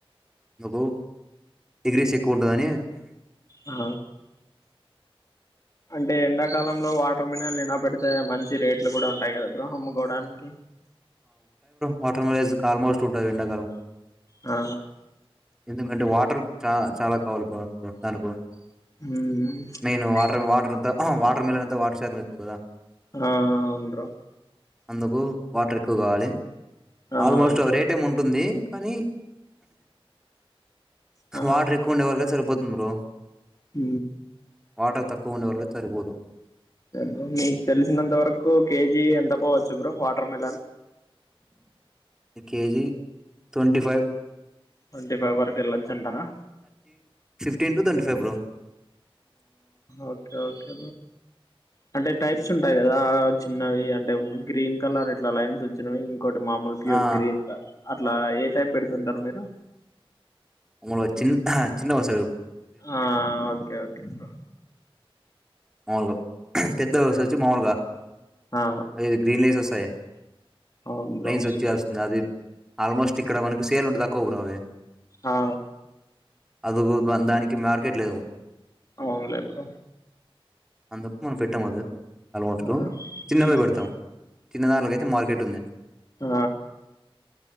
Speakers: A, in the centre; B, on the left (about 35°).
A: నాకు ఎగ్రీస్ ఎక్కువ ఉంటుందని
B: ఆ అంటే ఎండాకాలంలో వాటర్ మినల్ నినా పెడితే మంచి రేట్లు కూడా ఉంటాయి కదా బ్ర అమ్కోవడానికి
A: మోటర్ మిలస్ ఆల్మోస్ట్ ఉంటుంది ఎండాకాలము
B: ఆ
A: ఎందుకంటే వాటర్ చాల చాలా కావాలి పో దానికి
B: ఉమ్
A: మెయిన్ వాటర్ అంత వాటర్ మిల్ అంత వాటర్ చేదు ఎక్కువ కదా
B: ఆ అవను బ్రూ
A: అందుకు వాటర్ ఎక్కువ కావాలి
B: ఆ
A: ఆల్మోస్ట్ అ రేట్ ఏమి ఉంటుంది కానీ
B: ఆ
A: వాటర్ ఎక్కువ ఉండేవారుక సరిపోతుంది బ్రో
B: హ
A: వాటర్ తక్కువ ఉండేవాళ్లకి సరిపోదు
B: పు మీకు తెలిసినంత వరకు కేజీ ఎంత పోవచ్చు bro water melon
A: KG twenty five
B: twenty five వరకు వెళ్ళొచ్చు అంటారా
A: టీన్ to twenty five bro
B: okay okay అంటే టైప్స్ ఉంటాయి కదా చిన్నవి అంటే గ్రీన్ కలర్ ఇట్లా లైన్స్ వచ్చినవి ఇకోటి మామూలు ప్యూర్
A: ఆ
B: గ్రీన్ అట్లా ఏ టైప్ పెడుతుంటారు మీరు
A: ఉ చిన్న చిన్న వస
B: ఆ ఓకే ఓకే అ
A: అవు <unintelligible> పెద్ద వస్తు వచ్చి మామూలుగా
B: ఆ
A: అద గ్రీన్ రైస్ వస్తాయి
B: అవును బ్రో
A: లైన్స్ వచ్చే వస్తుంది అది ఆల్మోస్ట్ ఇక్కడ మనకి సేల్ ఉంటంది తక్కువ ఒకరు అవ
B: ఆ
A: అదుగు దానికి మార్కెట్ లేదు
B: అవునులేదు
A: అందుకు మనం పెటమ్ ఆల్మోస్ట్
B: ఆ
A: చిన్నవి
B: ఉమ్.
A: పెడతాం చిన్నదానికి అయితే మార్కెట్ ఉంది
B: ఆ